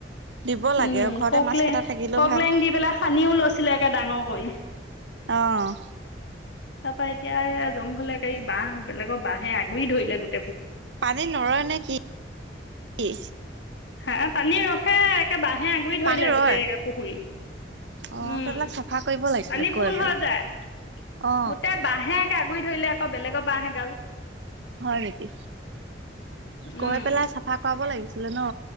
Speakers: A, on the right; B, on the left.
A: দিব লাগে
B: উম
A: ঘৰতে
B: ককলে
A: মাছ কেইটা থাকিলেও
B: ককলেং
A: ভাল।
B: দি পেলাই সানিও লৈছিলে একে ডাঙৰ কৰি
A: অ'।
B: তাৰ পৰা এতিয়া জংঘলে বাঁহ বেলেগৰ বাঁহে আগুৰি ধৰিলে গোই
A: পানী নৰয় নে কি, কি?
B: হা পানী ৰখে একে বাঁহে আগুৰি ধৰিলে
A: পানী ৰয়
B: গোটেই পুখুৰী।
A: অ'
B: উম
A: সেইবিলাক চাফা কৰিব লাগিছিলে,
B: পানী
A: গৈ
B: ফুল
A: পেলাই।
B: হৈ যায়
A: অ
B: গোটেই বাঁহে একে আগুৰি ধৰিলে আকৌ বেলেগৰ বাঁহ এগাল।
A: হয় নেকি? কৈ
B: উম
A: পেলাই চাফা কৰাব লাগিছিলে ন।